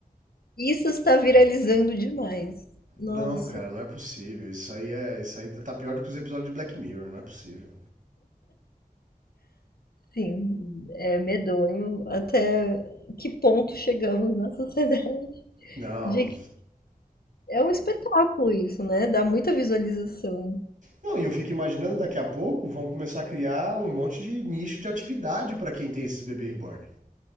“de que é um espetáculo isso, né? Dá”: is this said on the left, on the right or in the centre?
Left